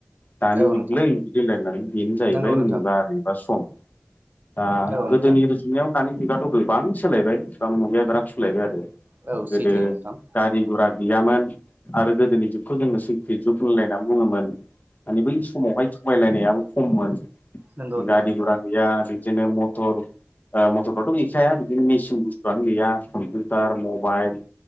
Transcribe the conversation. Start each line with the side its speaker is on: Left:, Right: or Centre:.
Left: दानि
Right: औ
Left: जुगलै
Right: नोंथां
Left: बिदिहोनलायनानै बेनो जाहैबाय
Right: नंगौ नोंथां
Left: मुगा एबा सम दा
Right: औ
Left: गोदोनि
Right: नोंथां
Left: रुजुनायाव दानि बिुगाथ' गोबां सोलायबाय गोबां मुगाया बिराद सोलायबाय आरो।
Right: औ
Left: गोदो
Right: सैथो नोंथां
Left: गारि गुरा गैयामोन आरो गोदोनि जुगखौ जोङो सैखि जुग होनलायनानै बुङोमोन। माने बै समावहाय थगायलायनायाबो खममोन
Right: नंगौ नोंथां
Left: गारि घरा गैया बिदिनो मथर ओ मटरफोराथ' गैखाया बिदिनो मेसिन बुस थुआनो गैया कम्पिउटार मबाइल